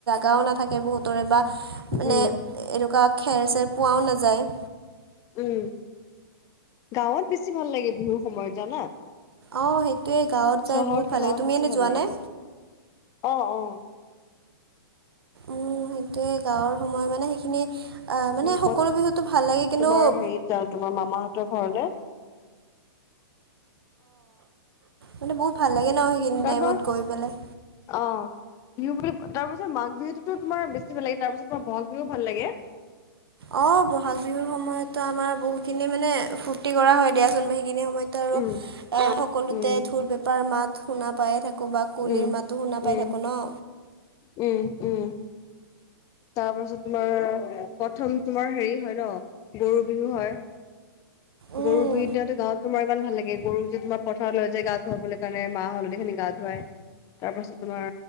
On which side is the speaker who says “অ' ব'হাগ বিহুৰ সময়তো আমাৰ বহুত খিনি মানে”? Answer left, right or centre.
Right